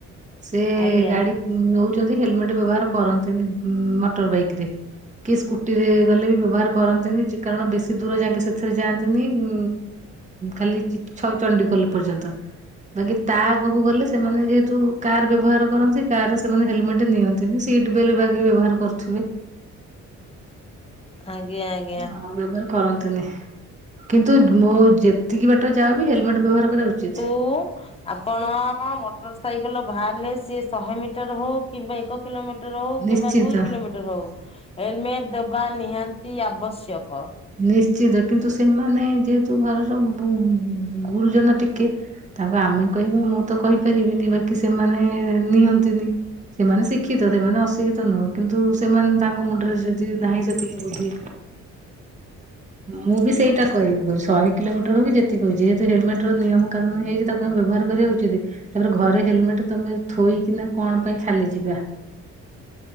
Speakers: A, on the right; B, on the left.
A: ସେ
B: ଆଜ୍ଞା
A: ଗାଡି ନେଉଛନ୍ତି ହେଲମେଟ ବ୍ୟବହାର କରନ୍ତିନି ମୋଟର ବାଇକରେ। କିଏ ସ୍କୁଟି ରେ ଗଲେ ବି ବ୍ୟବହାର କରନ୍ତିନି ଯି କାରଣ ବେଶୀ ଦୂର ଯାଇକି ସେଥିରେ ଯାଆନ୍ତିନି ଉ ଖାଲିଛ ଚଣ୍ଡିଖୋଲ ପର୍ଯ୍ୟନ୍ତ। ବାକି ତା ଆଗକୁ ଗଲେ ସେମାନେ ଯେହେତୁ କାର ବ୍ୟବହାର କରନ୍ତି କାର ରେ ସେମାନେ ହେଲମେଟ ନିଅ ସିଟ ବେଲ ବାନ୍ଧି ବ୍ୟବହାର କରୁଥିବେ।
B: ଆଜ୍ଞା ଆଜ୍ଞା।
A: ହଁ ବ୍ୟବାର କରନ୍ତିନି। କିନ୍ତୁ ମୋ ଯେତିକି ବାଟ ଯାହାବ ହେଲମେଟ ବ୍ୟବହାର କରିବା ଉଚିତ୍।
B: ବୋଉ ଆପଣ ମୋଟର ସାଇକେଲ ବାହାରିଲେ ସିଏ ଶହେ ମିଟର ହଉ। କିମ୍ବା ଏକ କିଲୋମିଟର ହଉ
A: ନିଶ୍ଚିନ୍ତ
B: କିମ୍ବା ଦୁଇ କିଲୋମିଟର ହଉ। ହେଲମେଟ ଦେବା ନିହାତି ଆବଶ୍ୟକ।
A: ନିଶ୍ଚନ୍ତ କିନ୍ତୁ ସେମାନେ ଯେହେତୁ ଘରର ଗୁରୁଜନ ଟିକେ ତାଙ୍କୁ ଆମେ କହିବା ମୁଁ ତ କହିପାରିବିନି ବାକି ସେମାନେ ନିଅନ୍ତିନି। ସେମାନେ ଶିକ୍ଷିତ ସେମାନେ ଅଶିକ୍ଷିତ ନୁହଁ କିନ୍ତୁ ସେମାନେ ତାଙ୍କ ମୁଣ୍ଡରେ ଯଦି ନାହିଁ ସେତିକି ବୁଦ୍ଧି। ମୁଁ ବି ସେଇଟା କହିବି କହୁ ଶହେ କିଲୋମିଟର ହବି ଯେତିକ କହୁଛି ଯେହେତୁ ହେଲମେଟ ର ନିୟମ କାନୁନ ହେଇଛି ତା। କ ବ୍ୟବହାର କରିବା ଉଚିତ ତାପରେ ଘରେ ହେଲମେଟ ତମେ ଥୋଇକିନା କଣ ପାଇଁ ଖାଲି ଯିବା।